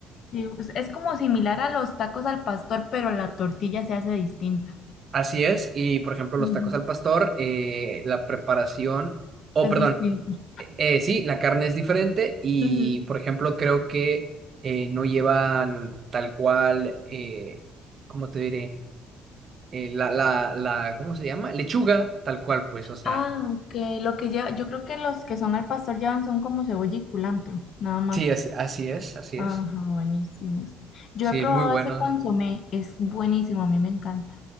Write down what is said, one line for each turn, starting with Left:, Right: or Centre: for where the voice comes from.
Left: Sí, es, es como similar a los tacos al pastor, pero la tortilla se hace distinta.
Right: Así es, y por ejemplo, los
Left: Ujú.
Right: tacos al pastor, eh, la preparación, o
Left: Es
Right: perdón,
Left: distinta.
Right: eh, eh, sí, la carne es diferente y
Left: Ujú.
Right: por ejemplo, creo que eh, no llevan tal cual, eh, ¿cómo te diré? Eh, la, la, la, ¿cómo se llama? Lechuga, tal cual, pues, o sea,
Left: Ah, ok. Lo que lleva, yo creo que los que son al pastor llevan son como cebolla y culantro, nada más.
Right: sí, así, así es, así
Left: Ajá,
Right: es.
Left: buenísimos. Yo
Right: Sí,
Left: he probado
Right: muy buenos,
Left: ese consomé, es buenísimo, a mí me encanta.